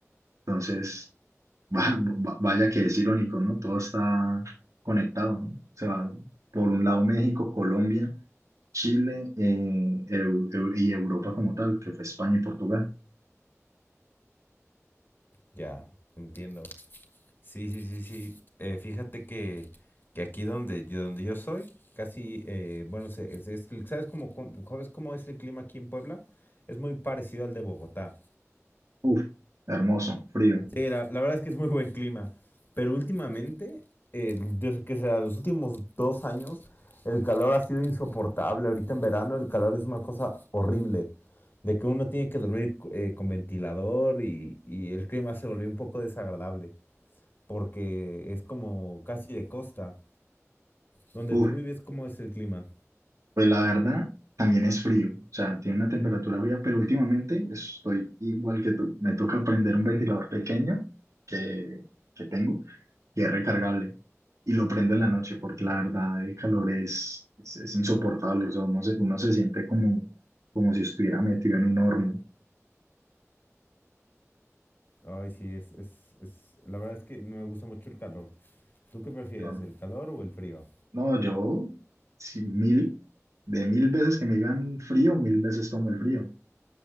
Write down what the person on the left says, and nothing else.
Ya, entiendo. Sí, sí, sí, sí. Eh, fíjate que, que aquí donde yo, donde yo soy, casi, eh, bueno, se- es- es- ¿sabes cómo, cómo- sabes cómo es el clima aquí en Puebla? Es muy parecido al de Bogotá.
Sí, la, la verdad es que es muy buen clima. Pero últimamente, eh, desde que sea los últimos dos años, el calor ha sido insoportable. Ahorita en verano el calor es una cosa horrible. De que uno tiene que dormir eh, con ventilador y, y el clima se volvió un poco desagradable. Porque es como casi de costa. Donde
tú vives, ¿cómo es el clima?
Ay, sí, es, es, es- La verdad es que no me gusta mucho el calor. ¿Tú qué prefieres,
el calor o el frío?